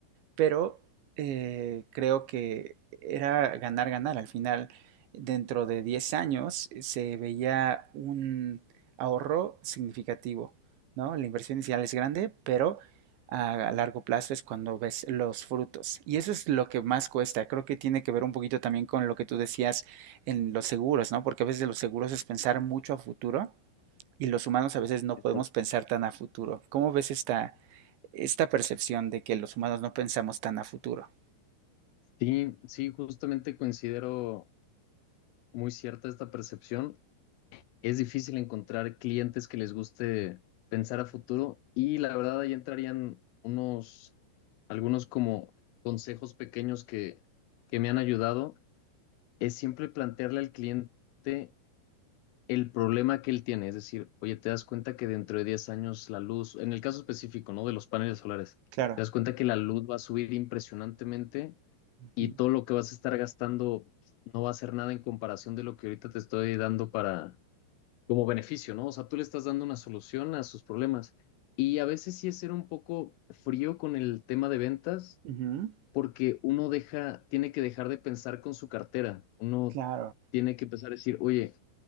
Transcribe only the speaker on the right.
pero eh, creo que era ganar, ganar. Al final, dentro de 10 años, eh, se veía un ahorro significativo, ¿no? La inversión inicial es grande, pero a, a largo plazo es cuando ves los frutos. Y eso es lo que más cuesta. Creo que tiene que ver un poquito también con lo que tú decías en los seguros, ¿no? Porque a veces los seguros es pensar mucho a futuro y los humanos a veces no
podemos pensar tan a futuro. ¿Cómo ves esta, esta percepción de que los humanos no pensamos tan a futuro.
Claro.
Ujú,
ujú,
claro.